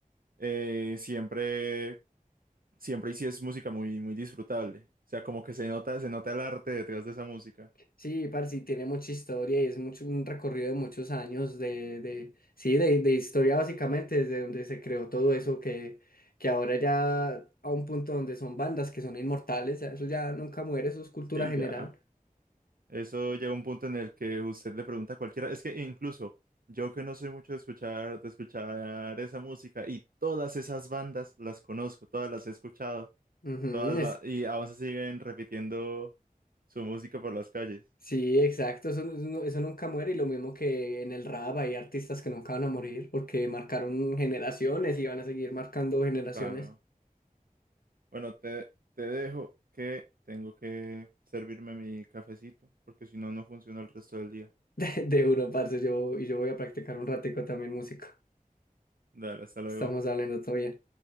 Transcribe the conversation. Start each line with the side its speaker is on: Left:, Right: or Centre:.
Right: eh, siempre, siempre y sí es música muy, muy disfrutable. O sea, como que se nota, se nota el arte detrás de esa música.
Left: sí, parce, y tiene mucha historia y es mucho, un recorrido de muchos años de, de sí, de, de historia básicamente, desde donde se creó todo eso que, que ahora ya a un punto donde son bandas que son inmortales, ya eso ya nunca muere, eso es cultura
Right: Sí,
Left: general.
Right: ya. Eso llega a un punto en el que usted le pregunta a cualquiera, es que incluso yo que no soy mucho de escuchar, de escuchar esa música y todas esas bandas las conozco, todas las he escuchado,
Left: Ujú,
Right: todas
Left: es-
Right: la- y aún se siguen repitiendo su música por las calles.
Left: sí, exacto, eso, no- eso nunca muere y lo mismo que en el rap hay artistas que nunca van a morir porque marcaron generaciones y van a seguir marcando generaciones
Right: Claro. Bueno, te, te dejo que tengo que servirme mi cafecito, porque si no, no funciona el resto del día.
Left: <laughs> de uno, parce, yo, y yo voy a practicar un ratico también música.
Right: Dale, hasta luego.
Left: Estamos hablando todavía.